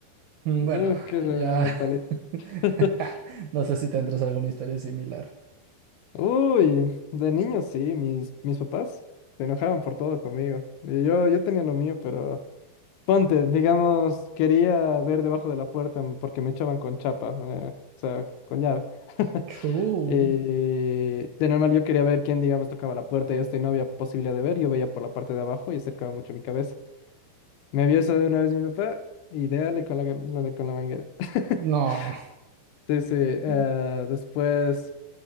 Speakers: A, on the right; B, on the left.
A: mm,
B: uy,
A: bueno,
B: qué reverenda
A: ya...
B: paliza.
A: <laughs>
B: <laughs>
A: No sé si tendrás alguna historia similar.
B: Uy, de niño sí, mis, mis papás se enojaban por todo conmigo. Y Yo, yo tenía lo mío, pero ponte, digamos, quería ver debajo de la puerta porque me echaban con chapa, eh, o sea, con llave. <laughs>
A: Chuy.
B: Eh, de normal yo quería ver quién, digamos, tocaba la puerta y esto y no había posibilidad de ver. Yo veía por la parte de abajo y acercaba mucho mi cabeza. Me vio eso de una vez mi papá y dale con la, dale con la manguera. <laughs>
A: No.
B: Sí, sí. eh,
A: Mm.
B: después,